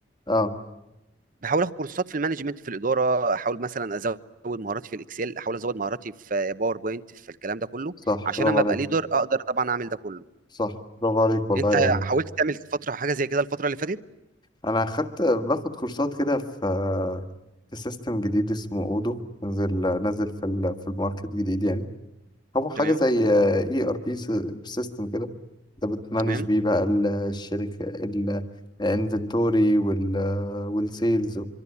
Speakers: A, on the left; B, on the right.
A: اه
B: باحاول آخد كورسات في المانجمنت في الإدارة، أحاول مثلًا أزوّد مهاراتي في الإكسل، أحاول أزوّد مهاراتي في PowerPoint في الكلام ده كلّه،
A: صح
B: عشان
A: برافو
B: أمّا
A: عليك
B: أبقى leader أقدر طبعًا أعمل ده كلّه.
A: صح برافو عليك والله
B: أنت
A: يعني
B: حاولت تعمل فترة حاجة زي كده الفترة اللي فاتت؟
A: انا اخدت باخد كورسات كده في في سيستم جديد اسمه اودو نزل نزل في ال- في الماركت جديد يعني هو حاجة
B: تمام،
A: زي اي ار بي سيستم كده انت بتمانج
B: تمام،
A: بيه بقى ال- الشركة الانفنتوري وال والسيلز